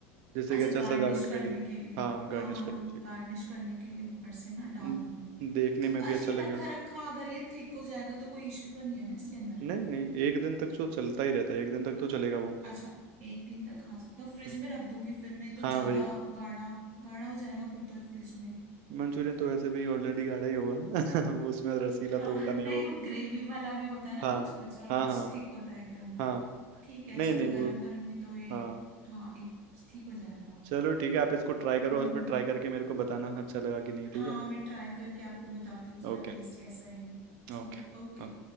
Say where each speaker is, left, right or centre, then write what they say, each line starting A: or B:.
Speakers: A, on the right; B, on the right.
A: जैसे
B: अच्छा
A: कि अच्छा
B: गार्निश
A: सजावट के
B: करने
A: लिए
B: के लिए
A: हाँ गार्निश
B: हाँ हाँ
A: करने
B: हाँ
A: के
B: गार्निश करने के लिए ऊपर से ना डाल
A: लिए
B: दूंगी
A: न- देखने
B: ठीक
A: में भी
B: अच्छा
A: अच्छा
B: ये
A: लगेगा
B: रखा रखा अगर ये थिक हो जाएगा तो कोई इश्यू तो नहीं है ना इसके अंदर
A: नहीं नहीं एक दिन तक तो चलता ही रहता है एक दिन तक तो चलेगा वो
B: अच्छा एक दिन तक खा सकते हो फ्रिज
A: हम्म,
B: में रख दूंगी फिर मैं तो
A: हाँ
B: ज्यादा
A: वही
B: गाढ़ा गाढ़ा हो जाएगा फिर तो फ्रिज में
A: मंचूरियन तो वैसे भी ऑलरेडी गाढ़ा ही होगा <laughs> वो उसमें रसीला
B: हाँ
A: तो होता नहीं
B: नहीं
A: वो
B: वो ग्रेवी वाला भी होता है ना
A: हाँ
B: कुछ कुछ और
A: हाँ
B: कुछ
A: हाँ
B: थिक होता है एकदम
A: हाँ
B: ठीक है
A: नहीं
B: चलो
A: नहीं वो
B: गरम करूंगी तो ये
A: हाँ
B: हाँ एक ठीक हो जाएगा
A: चलो ठीक है आप इसको ट्राई करो
B: हम्म
A: और
B: हम्म
A: फिर ट्राई करके मेरे को बताना अच्छा लगा कि नहीं
B: हाँ
A: ठीक है
B: मैं ट्राई करके आपको बताती हूँ उसका
A: ओके
B: टेस्ट कैसा है
A: ओके
B: ठीक है ओके